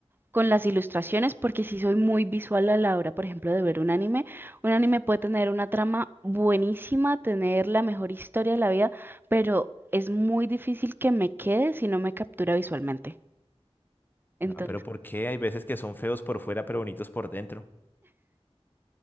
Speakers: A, on the right; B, on the left.
A: con las ilustraciones, porque sí soy muy visual a la hora, por ejemplo, de ver un anime. Un anime puede tener una trama buenísima, tener la mejor historia de la vida, pero es muy difícil que me quede si no me captura visualmente. Entonces,
B: Ah, pero ¿por qué? Hay veces que son feos por fuera, pero bonitos por dentro.